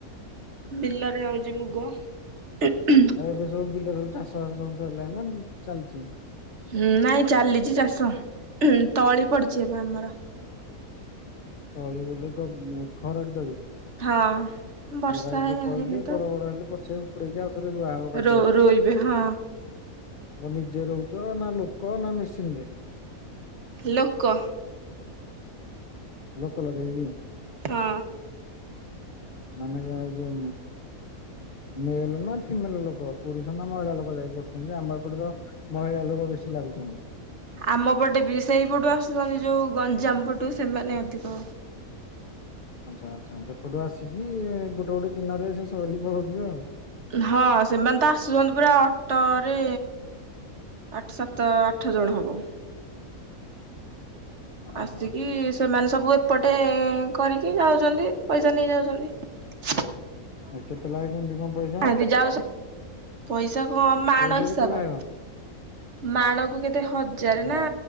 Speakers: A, on the right; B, on the left.
A: ବିଲରେ ହଉଛି ମୁଗ ଉଁ ହୁଁ।
B: ଆଉ ଏବେ ସବୁ ବିଲ ସବୁ ଚାଷ ବାସ ସବୁ ସରିଲାଣି ନା ଚାଲିଛି?
A: ହୁଁ ନାଇଁ ଚାଲିଛି ଚାଷ, ହୁଁ ତଳି ପଡିଛି ଏବେ ଆମର।
B: ତଳି ବୋଲି କଣ ଖରଡ଼ି ତଳି?
A: ହଁ ବର୍ଷା
B: ରାଇବରେ ପଇଲି
A: ହେଇନି ତ।
B: ବଡ ବଡ ହେଲେ ପଛେ ଉପୁଡେଇକି ଆଉଥରେ ରୁଆ ହବ କାଦୁଅ
A: ରୋ
B: ହେଇକି।
A: ରୋଇବେ ହଁ।
B: ଆ ନିଜେ ରଉଚ ନା, ଲୋକ ନା, ମେସିନ ରେ?
A: ଲୋକ।
B: ଲୋକ ଲଗେଇକି?
A: ହଁ।
B: ମାନେକା ଯୋଉ ମେଲ ନା ଫିମେଲ ଲୋକ ପୁରୁଷ ନା ମହିଳା ଲୋକ ଯାଇକି କରୁଛନ୍ତି? ଆମ ଏପଟେ ତ ମହିଳା ଲୋକ ବେଶୀ ଲାଗୁଛନ୍ତି।
A: ଆମ ପଟେ ବି ସେଇପଟୁ ଆସୁଛନ୍ତି ଯୋଉ ଗଞ୍ଜାମ ପଟୁ ସେମାନେ ଅଧିକ।
B: ଆଚ୍ଛା ଆଚ୍ଛା ସେପଟୁ ଆସିକି ଗୋଟେ ଗୋଟେ ଦିନରେ ସେ ସରିକି ପଳଉଥିବେ ଆଉ।
A: ହଁ, ସେମାନେ ତ ଆସୁଛନ୍ତି ପୁରା ଅଟୋରେ। ଆଠ, ସାତ, ଆଠ ଜଣ ହବ।
B: ଓହୋ
A: ଆସିକି ସେମାନେ ସବୁ ଏପଟେ କରିକି ଯାଉଚନ୍ତି। ପଇସା ନେଇ ଯାଉଚନ୍ତି।
B: <unintelligible>
A: ଅ ଯାଉ ପଇସା କମ୍ ମାଣ
B: ପଇସା
A: ହିସାବ।
B: କେତେ ଲାଖେ କଣ?
A: ମାଣକୁ କେତେ ହଜାରେ ନା
B: ମା